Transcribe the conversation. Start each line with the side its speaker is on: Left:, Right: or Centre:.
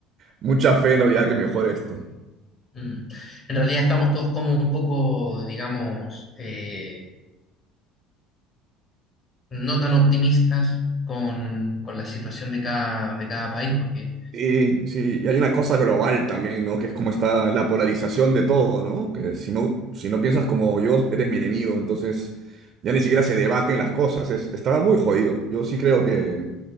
Right: mucha fe en realidad que mejore esto.
Left: Mm. En realidad estamos todos como un poco, digamos, eh, no tan optimistas con, con la situación de cada, de cada país, porque
Right: Sí, sí, y hay una cosa global también, ¿no? Que es como está la polarización de todo, ¿no? Que si no, si no piensas como yo, eres mi enemigo, entonces ya ni siquiera se debaten las cosas, es, está muy jodido. Yo sí creo que...